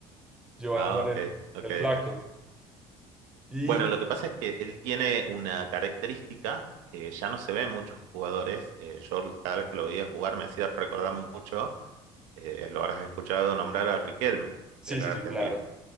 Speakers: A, in the centre; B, on the right (about 80°).
A: Giovanni
B: ah,
A: Moreno,
B: ok, ok,
A: el flaco.
B: ok.
A: Y
B: Bueno, lo que pasa es que él tiene una característica que ya no se ve en muchos jugadores. Eh, yo cada vez que lo veía jugar me hacía recordar mucho, eh, lo habrás escuchado nombrar a Riquelme,
A: sí,
B: de acá
A: sí,
B: de
A: sí,
B: Argentina.
A: claro,